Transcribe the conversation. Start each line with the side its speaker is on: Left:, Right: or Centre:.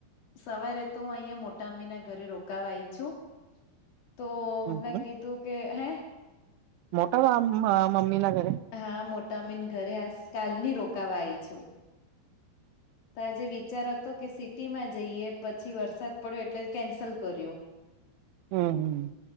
Left: સવારે તો હું અહિયાં મોટા અમ્મીના ઘરે રોકાવા આઈ છું. તો
Right: હમ
Left: મેં કીધું કે, હે?
Right: મોટા મામ અહ મમ્મી ના ઘરે?
Left: હા મોટા અમ્મીન ઘરે આસ કાલ ની રોકાવા આઈ છું. તો આજે વિચાર હતો કે સિટીમાં જઈએ, પછી વરસાદ પડ્યો એટલે કેન્સલ કર્યું.
Right: હમ્મ-હમ્મ.